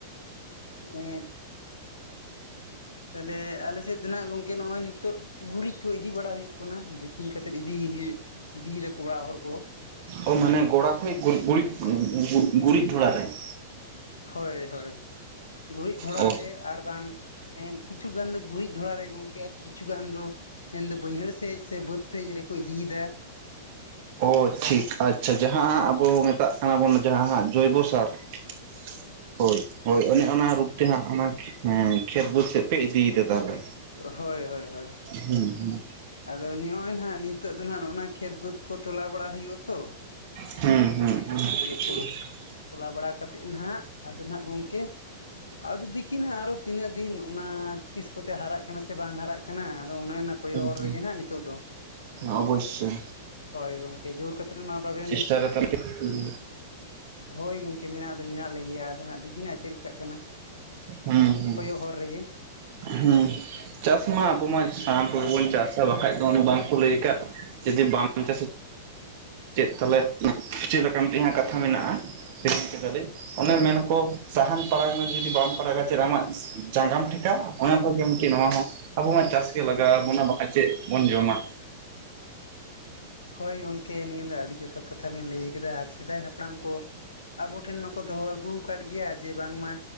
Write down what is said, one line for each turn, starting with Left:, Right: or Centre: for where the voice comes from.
Left: ᱦᱮ <inaudible> ᱛᱟᱦᱚᱞᱮ ᱟᱞᱮᱥᱮᱫ ᱫᱚ ᱱᱦᱟᱜ ᱜᱚᱝᱠᱮ ᱱᱚᱜᱚᱭ ᱱᱤᱛᱚᱜ ᱜᱩᱨᱤᱡ ᱠᱚ ᱤᱫᱤ ᱵᱟᱲᱟ ᱦᱩᱭᱩᱜ ᱾ ᱠᱟᱱᱟ ᱫᱤᱯᱤᱞ ᱠᱟᱛᱮᱫ ᱤᱫᱤᱭ ᱦᱩᱭᱩᱜ ᱤᱫᱤᱭᱮᱫᱟᱠᱚ ᱚᱲᱟᱜ ᱦᱚᱲ ᱠᱚ ᱾
Right: ᱚ ᱢᱟᱱᱮ ᱜᱚᱲᱟ ᱠᱷᱚᱡ ᱜᱩᱨᱤᱡ ᱜᱩᱨᱤᱡ ᱰᱷᱚᱰᱟ ᱨᱮ ᱾
Left: ᱦᱳᱭ ᱦᱳᱭ ᱜᱩᱨᱤᱡ ᱰᱷᱚᱰᱟ
Right: ᱚ
Left: ᱨᱮ ᱟᱨ ᱵᱟᱝ ᱾ ᱮᱱ ᱠᱤᱪᱷᱩ ᱜᱟᱱ ᱫᱚ ᱜᱩᱨᱤᱡ ᱰᱦᱚᱰᱟᱜ ᱨᱮ ᱜᱚᱝᱠᱮ ᱟᱨ ᱠᱤᱪᱷᱩ ᱜᱟᱱ ᱫᱚ ᱾ ᱢᱮᱱ ᱫᱚ ᱵᱟᱹᱭᱦᱟᱹᱲ ᱥᱮᱡ ᱥᱮ ᱵᱟᱹᱫᱽ ᱥᱮᱡ ᱨᱮᱠᱚ ᱤᱫᱤᱭᱮᱫᱟ ᱾
Right: ᱚ ᱴᱷᱤᱠ ᱟᱪᱷᱟ ᱡᱟᱦᱟᱸ ᱟᱵᱚ ᱢᱮᱛᱟᱜ ᱠᱟᱱᱟ ᱵᱚᱱ ᱡᱟᱦᱟᱸ ᱦᱟᱸᱜ ᱡᱳᱭᱵᱚ ᱥᱟᱨ ᱾ ᱦᱳᱭ, ᱦᱳᱭ ᱚᱱᱮ ᱚᱱᱟ ᱨᱩᱯ ᱛᱮ ᱦᱟᱸᱜ ᱚᱱᱟ ᱦᱮᱸ ᱠᱷᱮᱛ ᱵᱟᱹᱫᱽ ᱥᱮᱫ ᱯᱮ ᱤᱫᱤᱭᱮᱫᱟ ᱛᱟᱦᱞᱮ?
Left: ᱦᱳᱭ ᱦᱳᱭ ᱦᱳᱭ᱾
Right: ᱦᱩ‍ᱸ ᱦᱩᱸ ᱦᱩᱸ᱾
Left: ᱟᱫᱚ ᱱᱚᱜ-ᱚᱭ ᱱᱟᱦᱟᱜ ᱱᱤᱛᱳᱜ ᱫᱚ ᱱᱟᱦᱟᱜ ᱠᱷᱮᱛ ᱵᱟᱹᱫᱽ ᱠᱚ ᱛᱚᱞᱟ ᱵᱟᱲᱟ ᱦᱩᱭᱩᱜ-ᱟ ᱛᱚ᱾
Right: ᱦᱩᱸ ᱦᱩᱸ ᱦᱩᱸ,
Left: ᱟᱫᱚ ᱛᱚᱞᱟ
Right: ᱩᱸ᱾
Left: ᱛᱚᱞᱟ ᱵᱟᱲᱟ ᱠᱟᱛᱮᱫ ᱱᱟᱦᱟᱜ ᱟᱫᱚ ᱱᱟᱦᱟᱜ ᱜᱚᱝᱠᱮ ᱟᱫᱚ ᱫᱤᱠᱷᱤ ᱱᱟᱦᱟᱜ ᱟᱨᱚ ᱛᱤᱱᱟᱹᱜ ᱫᱤᱱ ᱚᱱᱟ ᱛᱤᱥ ᱠᱚᱛᱮ ᱦᱟᱨᱟᱜ ᱠᱟᱱᱟ ᱥᱮ ᱵᱟᱝ ᱦᱟᱨᱟᱜ ᱠᱟᱱᱟ ᱟᱫᱚ ᱚᱱᱮ ᱚᱱᱟ ᱠᱚᱭᱚᱜ ᱦᱚᱨ
Right: ᱦᱩᱸ,
Left: ᱨᱮᱜᱮ ᱱᱟᱦᱟᱜ ᱱᱤᱛᱚᱜ ᱫᱚ
Right: ᱚᱵᱚᱥᱥᱳᱭ᱾
Left: ᱦᱳᱭ ᱜᱚᱝᱠᱮ ᱡᱳᱨ ᱠᱟᱛᱮᱫ ᱢᱟ ᱵᱟᱵᱮᱱ,
Right: ᱪᱮᱥᱴᱟ ᱨᱮ ᱛᱟᱞᱮ ᱦᱩᱸ
Left: ᱦᱳᱭ ᱜᱚᱝ ᱠᱮ ᱢᱮᱱᱟᱜ ᱫᱚ ᱢᱮᱱᱟᱜ ᱞᱮᱜᱮᱭᱟ ᱟᱫᱚ ᱱᱟᱦᱟᱜ ᱫᱤᱠᱷᱤᱱᱟᱜ ᱪᱮᱫ ᱞᱮᱠᱟᱜ ᱠᱟᱱᱟ,
Right: ᱦᱩᱸ
Left: ᱠᱚᱭᱚᱜ ᱦᱚᱨ ᱨᱮᱜᱮ
Right: ᱦᱩᱸ ᱪᱟᱥ ᱢᱟ ᱟᱵᱚ ᱢᱟ ᱥᱟᱱᱟᱢ
Left: ᱦᱳᱭ
Right: ᱠᱚᱜᱮᱵᱚᱱ ᱪᱟᱥ ᱵᱟᱠᱷᱟᱡ ᱚᱱᱮ ᱩᱱᱤ ᱵᱟᱝᱠᱚ ᱞᱟᱹᱭ ᱟᱠᱟᱫ ᱡᱩᱫᱤ ᱵᱟᱢ ᱪᱟᱥᱟ ᱪᱮᱫ ᱛᱟᱞᱦᱮ ᱪᱮᱫ ᱞᱮᱠᱟ ᱢᱤᱫᱴᱤᱡ ᱦᱟᱸᱜ ᱠᱟᱛᱷᱟ ᱢᱮᱱᱟᱜ-ᱟ ᱦᱤᱲᱤᱧ ᱠᱟᱫᱟᱞᱤᱧ᱾ ᱚᱱᱮ ᱢᱮᱱᱟ ᱴᱠᱚ ᱥᱟᱦᱟᱱ ᱯᱟᱲᱟᱜ ᱢᱮ ᱡᱩᱫᱤ ᱵᱟᱢ ᱯᱟᱲᱟᱜᱟᱼᱟ ᱪᱮᱫ ᱟᱢᱟᱜ ᱡᱟᱸᱜᱟᱢ ᱴᱷᱮᱠᱟᱣᱟ? ᱚᱱᱟ ᱠᱚ ᱜᱚᱝᱠᱮ ᱱᱚᱣᱟ ᱦᱚᱸ ᱟᱵᱚ ᱢᱟ ᱪᱟᱥᱜᱮ ᱞᱟᱜᱟᱣ ᱟᱵᱚᱱᱟ ᱵᱟᱠᱷᱟᱡ ᱪᱮᱫ ᱵᱚᱱ ᱡᱚᱢᱟ?
Left: ᱦᱳᱭ ᱜᱚᱝᱠᱮ ᱱᱤᱭᱟᱹ ᱫᱚ ᱟᱹᱰᱤ ᱡᱚᱛᱷᱟᱛ ᱠᱟᱛᱷᱟ ᱵᱮᱱ ᱞᱟᱹᱭ ᱠᱟᱫᱟ ᱟᱨ ᱥᱮᱫᱟᱭ ᱦᱟᱯᱲᱟᱢ ᱠᱚ ᱟᱵᱚ ᱴᱷᱮᱱ ᱢᱟᱠᱚ ᱫᱚᱦᱚ ᱟᱹᱜᱩ ᱟᱠᱟᱫ ᱜᱮᱭᱟ ᱡᱮ ᱵᱟᱝᱢᱟ